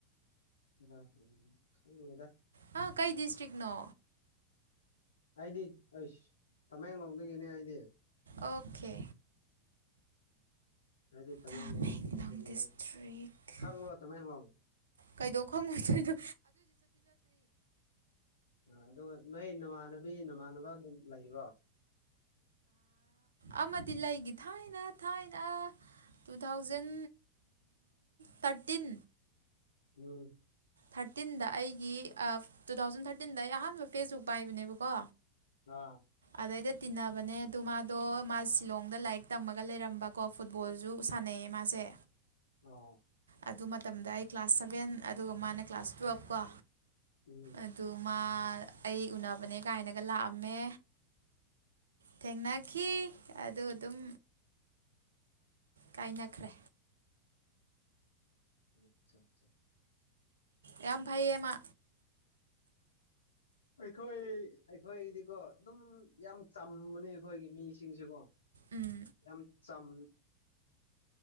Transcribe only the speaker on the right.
ꯍꯥ ꯀꯩ ꯗꯤꯁꯇ꯭ꯔꯤꯛ ꯅꯣ
ꯑꯣꯀꯦ
ꯇꯃꯦꯡꯂꯣꯡ ꯗꯤꯁꯇ꯭ꯔꯤꯛ
ꯀꯩꯗꯧ ꯈꯪꯉꯣꯏꯗꯨꯏꯅꯣ
ꯑꯃꯗꯤ ꯂꯩꯒꯤ ꯊꯥꯏꯅ ꯊꯥꯏꯅ ꯇꯨ ꯊꯥꯎꯖꯟ ꯊꯥꯔꯇꯤꯟ
ꯊꯥꯔꯇꯤꯟꯗ ꯑꯩꯒꯤ ꯇꯨ ꯊꯥꯎꯖꯟ ꯊꯥꯔꯇꯤꯟꯗ ꯑꯩ ꯑꯍꯥꯟꯕ ꯐꯦꯁꯕꯨꯛ ꯄꯥꯏꯕꯅꯦꯕꯀꯣ
ꯑꯗꯩꯗ ꯇꯤꯟꯅꯕꯅꯦ ꯑꯗꯨ ꯃꯥꯗꯣ ꯃꯥ ꯁꯤꯂꯣꯡꯗ ꯂꯥꯏꯔꯤꯛ ꯇꯝꯃꯒ ꯂꯩꯔꯝꯕꯀꯣ ꯐꯨꯠꯕꯣꯜꯁꯨ ꯁꯥꯟꯅꯩꯌꯦ ꯃꯥꯁꯦ
ꯑꯗꯨ ꯃꯇꯝꯗ ꯑꯩ ꯀ꯭ꯂꯥꯁ ꯁꯚꯦꯟ ꯑꯗꯨꯒ ꯃꯥꯅ ꯀ꯭ꯂꯥꯁ ꯇꯨꯌꯦꯜꯐ ꯀꯣ
ꯑꯗꯨ ꯃꯥ ꯑꯩ ꯎꯅꯕꯅꯦ ꯀꯥꯏꯅꯒ ꯂꯥꯛꯑꯝꯃꯦ ꯊꯦꯡꯅꯈꯤ ꯑꯗꯨ ꯑꯗꯨꯝ ꯀꯥꯏꯅꯈ꯭ꯔꯦ
ꯌꯥꯝ ꯐꯩꯌꯦꯃꯥ
ꯎꯝ